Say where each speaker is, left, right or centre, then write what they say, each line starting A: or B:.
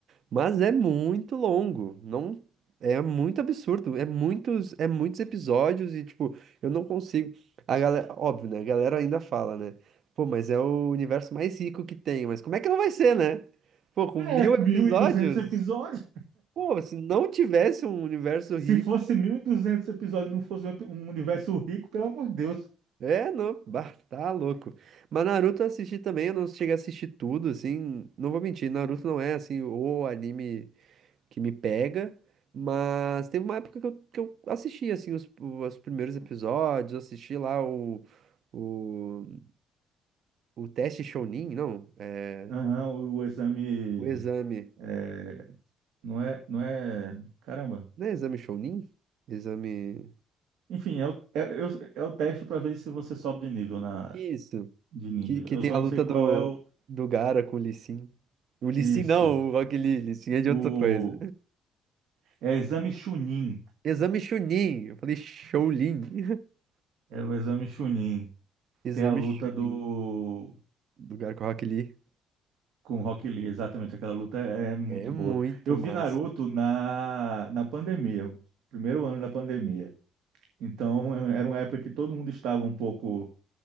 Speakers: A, on the right; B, on the right.
A: mas é muito longo. Não, é muito absurdo. É muitos, é muitos episódios e, tipo, eu não consigo. A galera, óbvio, né? A galera ainda fala, né? Pô, mas é o universo mais rico que tem. Mas como é que não vai ser, né? Pô, com
B: É,
A: mil episódios?
B: 1.200 episódios.
A: Pô, se não tivesse um universo
B: Se
A: rico.
B: fosse 1.200 episódios e não fosse um epi- um universo rico, pelo amor de Deus.
A: É, não, bah, tá louco. Mas Naruto eu assisti também, eu não cheguei a assistir tudo, assim, não vou mentir, Naruto não é, assim, o anime que me pega, mas teve uma época que eu, que eu assisti, assim, os, o- os primeiros episódios, eu assisti lá o, o, o teste Chunin, não, é,
B: Aham, o, o exame
A: o exame,
B: é, não é, não é. Caramba.
A: não é exame Chunin? Exame,
B: Enfim, é o, é, é- é o teste para ver se você sobe de nível na,
A: isso,
B: de ninja.
A: que, que
B: Eu
A: tem
B: só
A: a
B: não
A: luta
B: sei qual
A: do,
B: é o.
A: do Gaara com o Lee Sin. O Lee
B: Isso.
A: Sin não, o Rock Lee, Lee Sin é de
B: O,
A: outra coisa.
B: é exame Chunin.
A: Exame Chunin. Eu falei Shaolin. <laughs>
B: É o exame Chunin.
A: Exame
B: Tem a luta
A: Chunin.
B: do
A: Lugar com o Rock Lee.
B: Com Rock Lee, exatamente, aquela luta é é muito
A: É muito
B: boa. Eu
A: massa.
B: vi Naruto na, na pandemia, o primeiro ano da pandemia. Então, eh, era uma época que todo mundo estava um pouco,